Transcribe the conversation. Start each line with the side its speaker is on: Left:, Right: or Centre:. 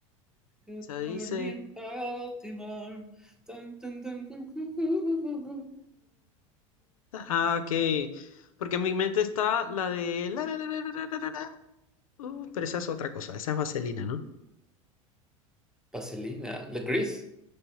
Centre: Good
Left: Se dice...
Centre: morning Baltimore. Tun, tun, tun, tun, tun,
Left: Ah, ok. Porque en mi mente está la de... la, la, la, la, la, la, la, la. Uh, pero esa es otra cosa, esa es vaselina, ¿no?
Centre: Vaselina. La gris.